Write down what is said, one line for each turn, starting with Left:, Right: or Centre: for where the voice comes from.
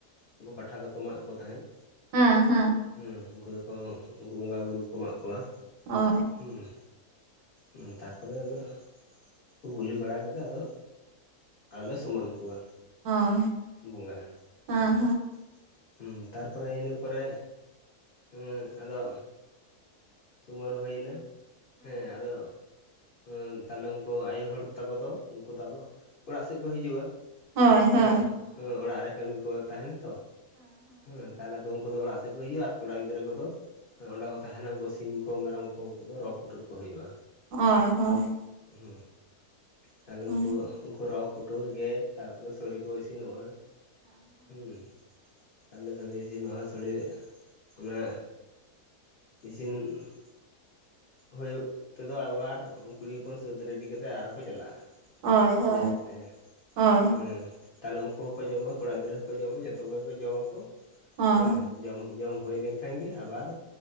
Left: ᱩᱱᱠᱩ ᱯᱟᱴᱷᱟ ᱫᱚᱠᱚ ᱢᱟᱜ ᱠᱚ ᱛᱟᱦᱮᱸᱫ,
Right: ᱦᱮᱸ ᱦᱮᱸ᱾
Left: ᱦᱮᱸ ᱩᱝᱠᱩ ᱫᱚᱠᱚ ᱩᱱᱠᱩ ᱵᱚᱸᱜᱟ ᱵᱩᱨᱩ ᱠᱚ ᱢᱟᱜ ᱠᱚᱣᱟ,
Right: ᱚᱭ᱾
Left: ᱦᱮᱸ᱾ ᱦᱮᱸ ᱛᱟᱨᱯᱚᱨᱮ ᱱᱟᱸᱜ ᱠᱩᱞᱤ ᱵᱟᱲᱟ ᱠᱟᱛᱮᱜ ᱟᱫᱚ ᱟᱨ ᱞᱮ ᱥᱩᱢᱟᱹᱱ ᱠᱚᱣᱟ
Right: ᱦᱳᱭ
Left: ᱵᱚᱸᱜᱟ
Right: ᱦᱮᱸ
Left: ᱦᱩᱸ᱾ ᱦᱩᱸ ᱛᱟᱨᱯᱚᱨᱮ ᱤᱱᱟᱹ ᱯᱚᱨᱮ ᱮᱸᱜ ᱟᱫᱚ ᱥᱩᱢᱟᱹᱱ ᱦᱩᱭᱱᱟ ᱦᱮᱸ ᱟᱫᱚ ᱮᱸ ᱛᱟᱦᱞᱮ ᱩᱱᱠᱩ ᱟᱭᱳ ᱦᱚᱲ ᱛᱟᱠᱚ ᱫᱚ ᱩᱱᱠᱩ ᱫᱚ ᱟᱫᱚ ᱚᱲᱟᱜ ᱥᱮᱫ ᱠᱚ ᱦᱤᱡᱩᱜᱼᱟ᱾
Right: ᱦᱳᱭ
Left: ᱦᱮᱸ
Right: ᱦᱳᱭ
Left: ᱦᱮᱸ ᱚᱲᱟᱜ ᱨᱮ ᱠᱟᱹᱢᱤ ᱠᱚ ᱛᱟᱦᱮᱸᱱᱟ ᱛᱚ ᱦᱮᱸ ᱛᱟᱦᱞᱮ ᱩᱱᱠᱩ ᱫᱚ ᱚᱲᱟᱜ ᱥᱮᱫ ᱠᱚ ᱦᱤᱡᱩᱜᱼᱟ ᱟᱨ ᱠᱚᱲᱟ ᱜᱤᱫᱽᱨᱟᱹ ᱠᱚᱫᱚ ᱦᱮᱸ ᱚᱸᱰᱮ ᱠᱚ ᱛᱟᱦᱮᱸᱱᱟ ᱩᱱᱠᱩ ᱥᱤᱢ ᱠᱚ ᱢᱮᱨᱚᱢ ᱠᱚ ᱩᱱᱠᱩ ᱫᱚ ᱨᱚ ᱯᱩᱴᱩᱨ ᱠᱚ ᱦᱩᱭᱩᱜᱼᱟ᱾
Right: ᱦᱳᱭ ᱦᱳᱭ᱾
Left: ᱦᱩᱸ ᱛᱟᱦᱞᱮ
Right: ᱦᱳᱭ
Left: ᱩᱱᱠᱩ ᱩᱱᱠᱩ ᱨᱚ ᱯᱩ ᱴᱩᱨ ᱜᱮ ᱛᱟᱨᱯᱚᱨᱮ ᱥᱚᱲᱮ ᱠᱚ ᱤᱥᱤᱱᱚᱜᱼᱟ ᱦᱮᱸ᱾ ᱛᱟᱞᱮ ᱥᱳᱲᱮ ᱤᱥᱱᱚᱜ-ᱟ ᱥᱳᱲᱮ ᱚᱱᱟ ᱪᱤᱱ ᱦᱳᱭᱳᱜ ᱛᱮᱫᱚ ᱟᱵᱟᱨ ᱠᱩᱲᱤ ᱦᱚᱯᱚᱱ ᱥᱟᱹᱛ ᱨᱮᱰᱤ ᱠᱟᱛᱮᱜ ᱟᱨᱚ ᱠᱚ ᱪᱟᱞᱟᱜᱼᱟ᱾
Right: ᱦᱳᱭ ᱦᱳᱭ
Left: ᱡᱟᱦᱮᱟᱨ ᱛᱮ
Right: ᱦᱳᱭ
Left: ᱦᱮᱸ᱾ ᱛᱟᱦᱞᱮ ᱩᱝᱠᱩ ᱦᱚᱸᱠᱚ ᱡᱚᱢᱟ ᱠᱚᱲᱟ ᱜᱤᱫᱽᱨᱟᱹ ᱦᱚᱸᱠᱚ ᱡᱚᱢᱟ ᱡᱷᱚᱛᱚ ᱠᱚᱜᱮ ᱠᱚ ᱡᱚᱢᱟᱠᱚ
Right: ᱦᱳᱭ
Left: ᱦᱮᱸ᱾ ᱡᱚᱢ ᱡᱚᱢ ᱦᱩᱭ ᱞᱮᱱ ᱠᱷᱟᱱ ᱜᱮ ᱟᱵᱟᱨ